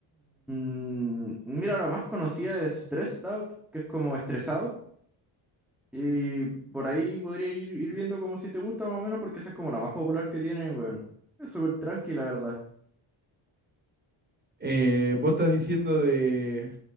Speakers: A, in the centre; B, on the right.
A: <clears throat> Mira, la más conocida es Stressed Out, que es como estresado. Y por ahí podría ir, ir viendo como si te gusta más o menos, porque esa es como la más popular que tienen, weón. Es súper tranqui, la verdad.
B: Eh, vos estás diciendo de